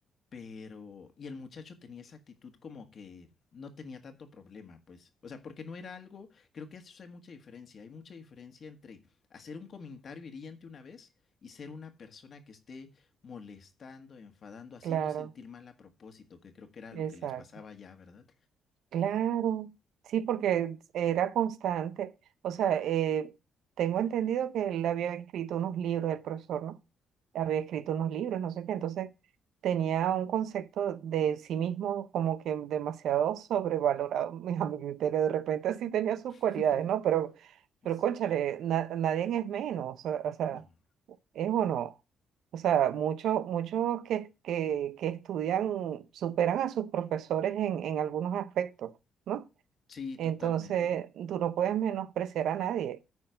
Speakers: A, on the left; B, on the right.
A: Pero, y el muchacho tenía esa actitud como que no tenía tanto problema, pues. O sea, porque no era algo, creo que eso hay mucha diferencia. Hay mucha diferencia entre hacer un comentario hiriente una vez y ser una persona que esté molestando, enfadando, haciendo
B: claro,
A: sentir mal a propósito, que creo que era
B: exacto.
A: lo que les pasaba ya, ¿verdad?
B: Claro, sí, porque era constante. O sea, eh, tengo entendido que él había escrito unos libros, el profesor, ¿no? Había escrito unos libros, no sé qué. Entonces tenía un concepto de sí mismo como que demasiado sobrevalorado. <laughs> A mi criterio, de repente sí tenía sus
A: <laughs>
B: cualidades, ¿no? Pero, pero
A: Sí.
B: cónchale, na- nadie es menos. O sea, o sea,
A: No.
B: es o no. O sea, muchos, muchos que, que, que estudian superan a sus profesores en, en algunos aspectos, ¿no?
A: Sí,
B: Entonces,
A: totalmente.
B: tú no puedes menospreciar a nadie,